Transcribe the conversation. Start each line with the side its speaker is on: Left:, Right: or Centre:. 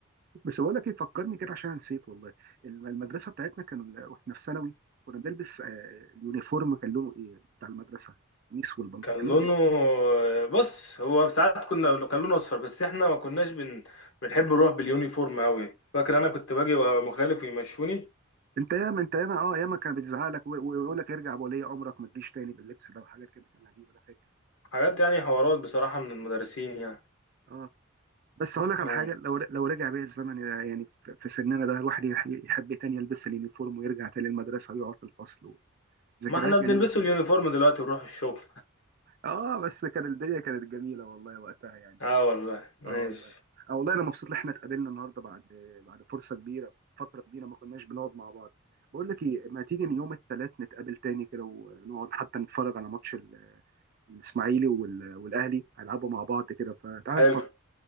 Right: بس بقول لك ايه فكرني كده عشان نسيت والله الم- المدرسه بتاعتنا كان ال- واحنا في ثانوي كنا بنلبس آه، اليونيفورم كان لونه ايه بتاع المدرسه قميص والبنطلون
Left: كان
Right: كان لونه
Left: لونه
Right: ايه
Left: بص هو ساعات كنا كان لونه اصفر بس احنا ما كناش بن... بنحب نروح باليونيفورم قوي فاكر انا كنت باجي وأبقى مخالف ويمشوني
Right: انت ياما انت ياما اه ياما كان بيتزعق لك وي- ويقول لك ارجع بولي امرك ما تجيش تاني باللبس ده وحاجات كده كان عجيب انا فاكر
Left: حاجات يعني حوارات بصراحة من المدرسين يعني
Right: اه بس هقول لك على
Left: اه
Right: حاجه لو لو رجع بيا الزمن يعني في في سننا ده الواحد يح- يحب تاني يلبس اليونيفورم ويرجع تاني المدرسه ويقعد في الفصل ذكريات
Left: ما احنا بنلبسه
Right: جميله
Left: اليونيفورم دلوقتي ونروح الشغل
Right: اه بس كان الدنيا كانت جميله والله وقتها يعني
Left: اه والله ماشي
Right: اه والله اه والله انا مبسوط ان احنا اتقابلنا النهارده بعد بعد فرصه كبيره فتره كبيره ما كناش بنقعد مع بعض بقول لك ايه ما تيجي يوم الثلاث نتقابل تاني كده ونقعد حتى نتفرج على ماتش ال- الاسماعيلي وال- والاهلي هيلعبوا مع بعض كده فتعال
Left: حلو
Right: نتفرج